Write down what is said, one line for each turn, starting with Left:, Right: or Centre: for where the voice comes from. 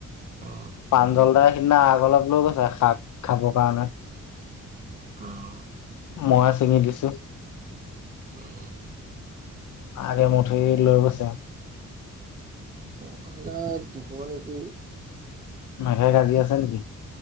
Right: অ
Left: প্ৰাঞ্জল দাই সিদিনা আগ অলপ লৈ গৈছে শাক খাবৰ কাৰণে।
Right: অঁ!
Left: মইয়ে চিঙি দিছোঁ।
Right: উম!
Left: আৰু এমুঠি লৈ গৈছে।
Right: বৰষুণ এজাক দিব নেকি?
Left: মেঘে গাজি আছে নেকি?